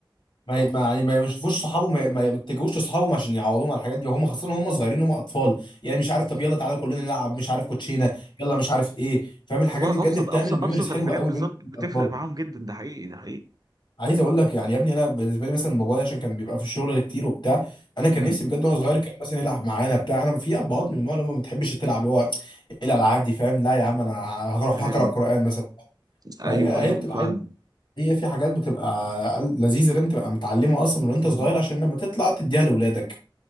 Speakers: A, on the left (about 60°); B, on the right (about 45°).
A: ما ما يعني ما ما يشوفوش صحابهم ما ما ما يتجهوش لصحابهم عشان يعوضوهم على الحاجات دي وهم خاصه وهم صغيرين هم اطفال يعني مش عارف
B: بالظبط
A: طب يلا تعالى كلنا نلعب مش عارف كوتشينه يلا مش عارف ايه فاهم الحاجات
B: والله
A: دي بجد
B: ابسط
A: بتعمل
B: ابسط
A: ميموريز
B: ابسط
A: حلوه
B: الحاجات
A: قوي
B: بالظبط
A: بين
B: بتفرق
A: الاطفال
B: معاهم جدا ده حقيقي ده حقيقي
A: عايز اقول لك يعني يا ابني انا بالنسبه لي مثلا بابايا عشان كان بيبقى في الشغل كتير وبتاع انا كان
B: امم
A: نفسي بجد وانا صغير كان مثلا يلعب معانا بتاع انا في ابهات من النوع اللي هم ما بتحبش تلعب اللي هو إيه الالعاب دي فاهم لا يا عم انا هروح
B: ايوه
A: اقرا قران مثلا
B: ايوه
A: فهي
B: ايوه
A: هي بتبقى
B: فاهم
A: عايزه هي في حاجات بتبقى لذيذه لازم تبقى متعلمها اصلا من وانت
B: مم.
A: صغير عشان لما تطلع تديها لاولادك